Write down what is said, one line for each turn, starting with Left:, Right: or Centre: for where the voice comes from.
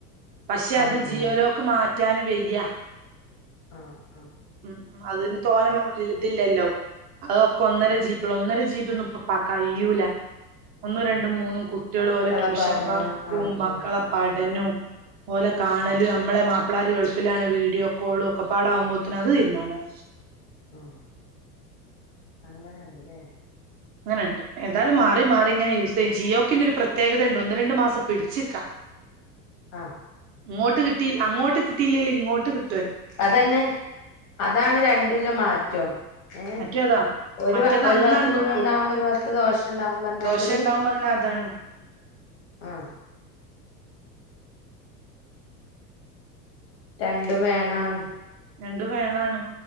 Right: പക്ഷെ
Left: അങ്ങനെ
Right: അത് ജിയോലോക്ക് മാറ്റാന് വയ്യ
Left: ഉം
Right: ഉം അതിന് തോന്ന ഇതില്ലല്ലോ അതൊക്കെ ഒന്നര
Left: ആഹ്
Right: ജീബിയ ഒന്നര ജീബി ഒന്നുംപ്പം കഴിയൂല ഒന്നും
Left: ആഹ്
Right: രണ്ടും മൂന്നും കുട്ടികൾ
Left: മക്കളെ
Right: പോലെ ട്യൂഷൻ
Left: പഠനം
Right: വർക്കും
Left: ആഹ്
Right: മക്കളെ
Left: ആഹ് ആഹ്
Right: പഠനവും
Left: ആഹ്
Right: പോലെ കാണലും
Left: ആഹ്
Right: നമ്മളെ മാ പിള്ളേര് ഗൾഫിലാണ് വീഡിയോ കോളും ഒക്കെ പാടാകുമ്പോത്തനന് അത് തീരുമാനം
Left: ആഹ് അങ്ങനെണ്ടല്ലേ
Right: അങ്ങനെണ്ട് ഏന്താലും മാറി മാറി ഇങ്ങനെ യൂസ് ചെയ ജിയോക്കി പ്രത്യേകത ഉണ്ട് ഒന്ന് രണ്ടു മാസം പിടിച്ചിക്കാം
Left: ആഹ്
Right: ഇങ്ങോ കിട്ടി അങ്ങോ കിട്ടല്ലേ ഇങ്ങോട്ട് കി
Left: അത് തന്നെ അതാണ് രണ്ടുലെ മാറ്റം ഏഹ്
Right: മറ്റേ അതാ
Left: ഒരു
Right: മറ്റേത്
Left: ഒരു
Right: അന്നാട്
Left: ഭാത്ത് ഗുണം
Right: നിക്കും
Left: ഉണ്ടാവുമ്പോ ഒരു ഭാഗത്ത് ദോഷ ഉണ്ടാവും പറഞ്ഞാതിരി
Right: ദോശ ഉണ്ടാവും പറയണ അതാണ്
Left: ആഹ് രണ്ടും വേണണു
Right: രണ്ടു വേണാണ്